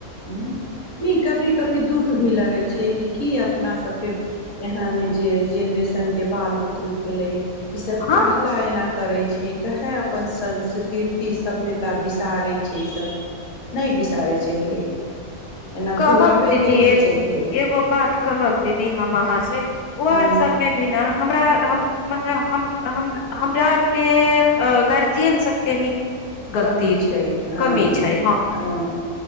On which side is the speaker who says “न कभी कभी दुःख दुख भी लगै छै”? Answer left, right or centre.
Left